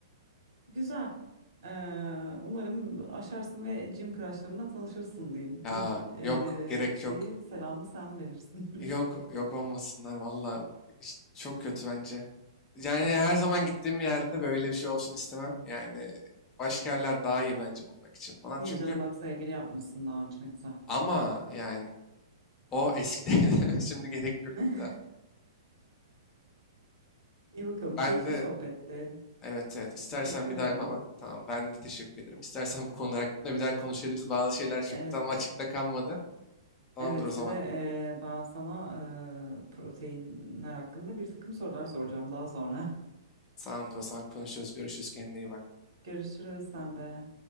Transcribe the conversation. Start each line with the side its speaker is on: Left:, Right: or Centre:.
Right: Güzel. Ee, umarım aşarsın ve Jim crushlarına tanışırsın diyeyim.
Left: Ya
Right: İlk ee,
Left: yok gerek
Right: şeyi
Left: yok.
Right: selamı sen verirsin.
Left: Yok
Right: <laughs>
Left: yok olmasınlar valla. İş- Çok kötü bence. Yani her zaman gittiğim yerde böyle bir şey olsun istemem. Yani başka yerler daha iyi bence bulmak için falan.
Right: Niye
Left: Çünkü
Right: canım bak sevgili yapmışsın daha önce ne güzel.
Left: ama yani o eskide <laughs> şimdi gerek
Right: <laughs>
Left: yok bir daha.
Right: İyi bakalım
Left: Ben
Right: keyifli
Left: de
Right: sohbetti.
Left: evet evet istersen
Right: Teşekkür
Left: bir
Right: ederim.
Left: daha falan tamam ben de teşekkür ederim. İstersen bu konular hakkında bir daha konuşabiliriz. Bazı şeyler çünkü
Right: Evet,
Left: tam açıkta kalmadı. Tamamdır
Right: evet
Left: o zaman.
Right: bir de ee, ben sana ee, proteinler hakkında bir takım sorular soracağım daha sonra.
Left: Tamamdır o zaman konuşuruz. Görüşürüz. Kendine iyi bak.
Right: <laughs> Görüşürüz sen de.